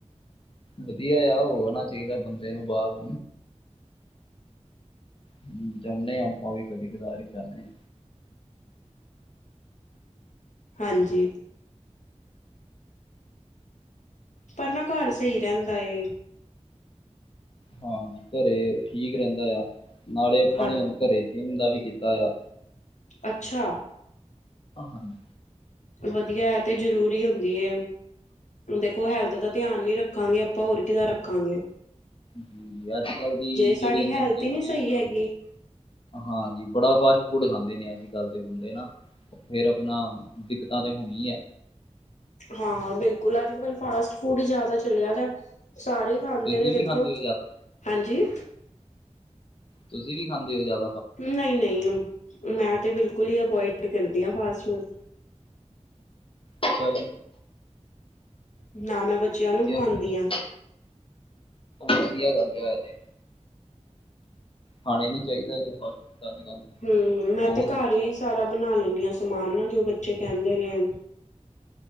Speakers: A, on the left (about 50°); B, on the left (about 80°).
A: ਵਧੀਆ ਯਾ ਹੋਆਣਾ ਚਾਈਦਾ ਬੰਦੇ ਨੂੰ ਬਾਰ। ਹਮ ਜਾਣੇ ਆ ਆਪਾ ਵੀ ਕਦੇ ਕਦਾਰ ਈ ਜਾਣੇ ਆ।
B: ਹਾਂਜੀ। ਪਰ ਨਾ ਘਰ ਸਈ ਰਹਿੰਦਾ ਏ।
A: ਹਾਂ ਘਰੇ ਠੀਕ ਰਹਿੰਦਾ ਯਾ ਨਾਲੇ ਅਪਾਂ
B: ਹਾਂ
A: ਨੇ ਹੁਣ ਘਰੇ ਜਿੰਮ ਦਾ ਵੀ ਕੀਤਾ ਯਾ।
B: ਅੱਛਾ।
A: ਹਾਂਜੀ
B: ਵਧੀਆ, ਐ ਤੇ ਜਰੂਰੀ ਹੁੰਦੀ ਏ। ਦੇਖੋ
A: ਹਾਂ
B: ਹੈਲਥ ਦਾ ਧਿਆਨ ਨੀ ਰਖ ਰੱਖਾਂਗੇ, ਅਪਾਂ ਹੋਰ ਕੀਹਦਾ ਰਖਾਂਗੇ।
A: ਜੀ ਅੱਜ ਕੱਲ੍ਹ ਦੀ
B: ਸਾਡੀ
A: ਜੇੜੀ
B: ਹੈਲਥ
A: ਜਨਰੇਸ਼ਨ
B: ਹੀ ਨਹੀਂ ਸਹੀ
A: ਨਾ
B: ਹੈਗੀ
A: ਹਾਂਜੀ ਬੜਾ ਫਾਸਟ ਫੂਡ ਖਾਂਦੇ ਨੇ ਅੱਜ ਕੱਲ੍ਹ ਦੇ ਬੰਦੇ ਨਾ। ਫੇਰ ਅਪਣਾ ਦਿੱਕਤਾ ਤੇ ਹੋਣੀ ਐ।
B: ਹਾਂ ਬਿਲਕੁਲ ਅੱਜ ਕੱਲ ਫਾਸਟ ਫੂਡ ਈ ਜਾਦਾ ਚਲਿਆ ਦੈ ਸਾਰੇ ਖਾਂਦੇ
A: ਤੁਸੀਂ
B: ਨੇ ਦੇਖੋ।
A: ਵੀ ਖਾਂਦੇ ਹੋ ਜ਼ਿਆਦਾ
B: ਹਾਂਜੀ।
A: ਤੁਸੀਂ ਵੀ ਖਾਂਦੇ ਓ ਜਿਆਦਾ
B: ਨਈ-ਨਈ ਮੈਂ ਤੇ ਬਿਲਕੁਲ ਈ ਅਵੋਇਡ ਕਰਦੀ ਆ ਫਾਸਟ ਫੂਡ।
A: ਅੱਛਾ ਜੀ
B: ਨਾ ਮੈਂ ਬੱਚਿਆਂ ਨੂੰ ਖਵਾਉਂਦੀ
A: ਵਧੀਆ ਗੱਲ ਐ।
B: ਹਾਂ।
A: ਵਧੀਆ ਗੱਲ ਏ ਐ ਤੇ। ਖਾਣੇ ਨੀ ਚਾਈਦਾ ਫਾਸਟ ਫੂਡ ਅੱਜ ਕੱਲ।
B: ਹਮ ਮੈਂ
A: ਬਹੁਤ
B: ਤੇ ਘਰ
A: ਆਪਣਾ
B: ਈ ਸਾਰਾ ਬਣਾ ਲੈਣੀ ਆ ਸਮਾਨ ਨਾ ਜੋ ਬੱਚੇ ਕਹਿੰਦੇ ਨੇ।